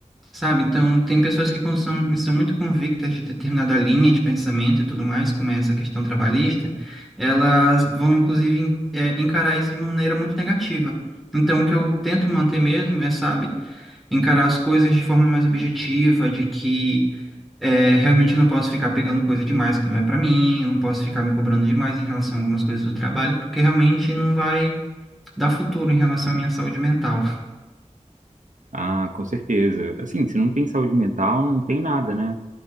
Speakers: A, in the centre; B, on the right (about 80°).
A: sabe? Então, tem pessoas que quando são, são muito convictas de determinada linha de pensamento e tudo mais, como é essa questão trabalhista, elas vão, inclusive, en- é, encarar isso de maneira muito negativa. Então, o que eu tento manter mesmo é, sabe, encarar as coisas de forma mais objetiva, de que é, realmente eu não posso ficar pegando coisa demais que não é para mim, não posso ficar me cobrando demais em relação a algumas coisas do trabalho, porque realmente não vai dar futuro em relação à minha saúde mental.
B: Ah, com certeza. Assim, se não tem saúde mental, não tem nada, né?